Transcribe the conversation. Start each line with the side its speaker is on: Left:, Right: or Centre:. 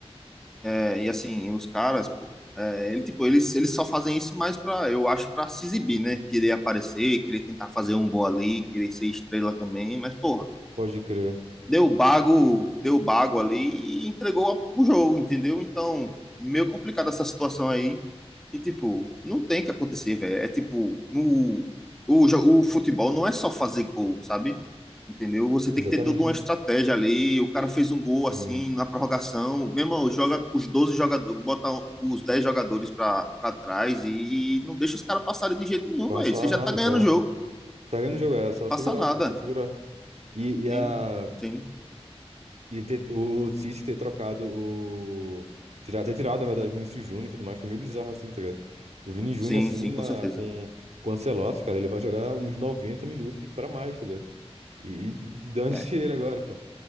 Centre: é, e assim, os caras, pô, é, ele, tipo, eles, eles só fazem isso mais pra, eu acho, pra se exibir, né? Querer aparecer, querer tentar fazer um gol ali, querer ser estrela também, mas, porra,
Right: Pode crer.
Centre: deu bago, deu bago ali e entregou a- o jogo, entendeu? Então, meio complicado essa situação aí. E, tipo, não tem que acontecer, velho. É tipo, no, o, jo- o futebol não é só fazer gol, sabe? Entendeu? Você tem
Right: Exatamente.
Centre: que ter toda uma estratégia ali. O cara fez um gol
Right: Sim.
Centre: assim na prorrogação. Meu irmão, joga os 12 jogadores, bota os 10 jogadores pra, pra trás e, não deixa os caras passarem de jeito nenhum,
Right: Passar
Centre: velho. Você já
Right: nada,
Centre: tá ganhando
Right: só.
Centre: o jogo,
Right: Tá ganhando o jogo, era só
Centre: passa
Right: segurar,
Centre: nada.
Right: pô, só segurar. E, e
Centre: Sim,
Right: a.
Centre: sim,
Right: E ter, o Cis ter trocado o. Tirar, ter tirado, na verdade, Vinícius Júnior e tudo mais, foi meio bizarro assim, tá ligado? O Vini Júnior,
Centre: sim,
Right: assim,
Centre: sim,
Right: na,
Centre: com certeza.
Right: com, com o Ancelotti, cara, ele vai jogar uns 90 minutos pra mais, tá ligado? E, e dane-se
Centre: É.
Right: <laughs> ele agora, pô.